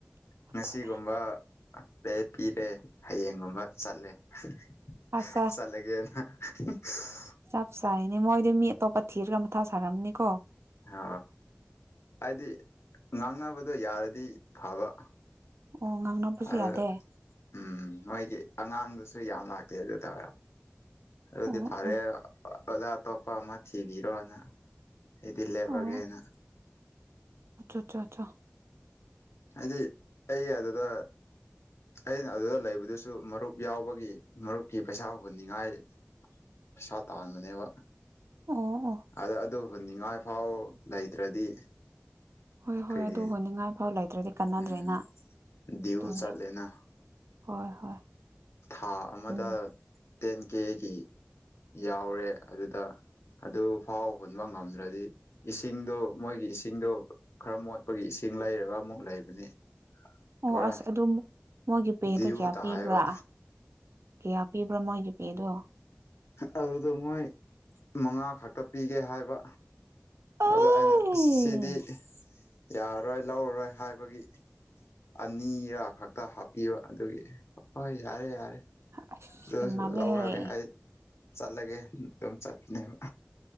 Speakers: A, on the left (about 85°); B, on the right (about 80°).
A: ꯉꯁꯤꯒꯨꯝꯕ
B: ꯑꯗꯨꯅꯦ
A: ꯄꯦ ꯄꯤꯔꯦ ꯍꯌꯦꯡꯒꯨꯝꯕ ꯆꯠꯂꯦ <unintelligible>
B: ꯑꯁ
A: ꯆꯠꯂꯒꯦꯅ <unintelligible>
B: ꯆꯞ ꯆꯥꯏꯅꯦ ꯃꯣꯏꯗꯤ ꯃꯤ ꯑꯇꯣꯞꯄ ꯊꯤꯔ ꯃꯊꯥ ꯁꯥꯔꯝꯅꯤ ꯀꯣ
A: ꯑ ꯍꯥꯏꯗꯤ ꯉꯥꯡꯅꯕꯗ ꯌꯥꯔꯗꯤ ꯐꯕ
B: ꯑꯣ ꯉꯥꯡꯅꯕꯁꯨ
A: ꯑꯗ
B: ꯌꯥꯗꯦ
A: ꯎꯝ ꯃꯣꯏꯒꯤ ꯑꯉꯥꯡꯗꯨꯁꯨ ꯌꯥꯝ ꯂꯥꯛꯇꯦ ꯑꯗꯨꯗ ꯑꯗꯨꯗꯤ
B: ꯑꯣ
A: ꯐꯔꯦ
B: ꯑꯣ
A: ꯑꯣꯖꯥ ꯑꯇꯣꯞꯄ ꯑꯃ ꯊꯤꯕꯤꯔꯣꯅ ꯑꯩꯗꯤ ꯂꯦꯞꯂꯒꯦꯅ
B: ꯑꯣ ꯑꯆꯥ ꯆꯥ ꯆꯥ
A: ꯍꯥꯏꯗꯤ ꯑꯩ ꯑꯗꯨꯗ ꯑꯩꯅ ꯑꯗꯨꯗ ꯂꯩꯕꯗꯨꯁꯨ ꯃꯔꯨꯞ ꯌꯥꯎꯕꯒꯤ ꯃꯔꯨꯞꯀꯤ ꯄꯩꯁꯥ ꯍꯨꯟꯅꯤꯡꯉꯥꯏ ꯄꯩꯁꯥ ꯇꯥꯟꯕꯅꯦꯕ
B: ꯑꯣ ꯑꯣ
A: ꯑꯗ ꯑꯗꯨ ꯍꯨꯅꯤꯡꯉꯥꯏ ꯐꯥꯎ ꯂꯩꯇ꯭ꯔꯗꯤ
B: ꯍꯣꯏ
A: ꯀꯔꯤ
B: ꯍꯣꯏ ꯑꯗꯨ ꯍꯨꯟꯅꯤꯉꯥꯏꯐꯧ ꯂꯩꯇ꯭ꯔꯗꯤ ꯀꯥꯟꯅꯗ꯭ꯔꯦꯅ
A: ꯎꯝ ꯗ꯭ꯌꯨ
B: ꯑꯗꯨꯅꯤ
A: ꯆꯠꯂꯦꯅ
B: ꯍꯣꯏ ꯍꯣꯏ
A: ꯊꯥ ꯑꯃꯗ
B: ꯑꯗꯨꯅꯤ
A: ꯇꯦꯟ ꯀꯦꯒꯤ ꯌꯥꯎꯔꯦ ꯑꯗꯨꯗ ꯑꯗꯨ ꯐꯥꯎ ꯍꯨꯟꯕ ꯉꯝꯗ꯭ꯔꯗꯤ ꯏꯁꯤꯡꯗꯣ ꯃꯣꯏꯒꯤ ꯏꯁꯤꯡꯗꯣ ꯈꯔ ꯃꯣꯠꯄꯒꯤ ꯏꯁꯤꯡ ꯂꯩꯔꯒ ꯑꯃꯨꯛ ꯂꯩꯕꯅꯤ
B: ꯑꯣ
A: ꯄꯨꯔꯥ
B: ꯑꯁ ꯑꯗꯨꯃꯨꯛ ꯃꯣꯏꯒꯤ ꯄꯦꯗꯣ
A: ꯗ꯭ꯌꯨ
B: ꯀ꯭ꯌꯥ
A: ꯇꯥꯏꯕ
B: ꯄꯤꯕ꯭ꯔꯥ ꯀ꯭ꯌꯥ ꯄꯤꯕ꯭ꯔꯥ ꯃꯣꯏꯒꯤ ꯄꯦꯗꯣ
A: ꯑꯗꯨꯗ ꯃꯣꯏ ꯃꯉꯥ ꯈꯛꯇ ꯄꯤꯒꯦ ꯍꯥꯏꯕ
B: ꯑꯩ
A: ꯑꯗ ꯑꯩꯅ ꯁꯤꯗꯤ ꯌꯥꯔꯣꯏ ꯂꯧꯔꯔꯣꯏ ꯍꯥꯏꯕꯒꯤ ꯑꯅꯤꯔ ꯈꯛꯇ ꯍꯥꯞꯄꯤꯕ ꯑꯗꯨꯒꯤ ꯍꯣꯏ ꯌꯥꯔꯦ ꯌꯥꯔꯦ
B: ꯑꯁ
A: ꯑꯗꯨ ꯑꯣꯏꯁꯨ
B: ꯍꯦꯟꯃꯜꯂꯦꯍꯦ
A: ꯂꯧꯔꯒꯦ ꯑꯩ ꯆꯠꯂꯒꯦ ꯗꯨꯝ ꯆꯠꯄꯅꯦꯕ